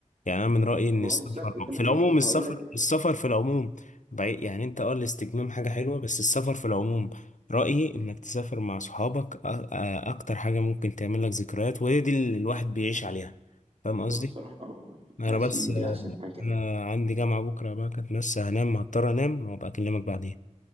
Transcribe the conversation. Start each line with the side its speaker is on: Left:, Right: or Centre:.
Left: يعني انا من رأيي ان
Right: ما
Left: السفر
Right: هو بالظبط انت ممكن
Left: في العموم السفر
Right: هقول لك
Left: السفر في العموم بعيد يعني انت اه الاستجمام حاجة حلوة بس السفر في العموم رأيي انك تسافر مع صحابك أ- أ- اكتر حاجة ممكن تعمل لك ذكريات وهي دي اللي الواحد بيعيش عليها فاهم قصدي؟
Right: ما هو الصراحة آه،
Left: انا
Right: بحس
Left: بس
Right: إن دي أحسن حاجة
Left: انا عندي جامعة بكرة بقى كانت بس هنام هضطر انام وابقى اكلمك بعدين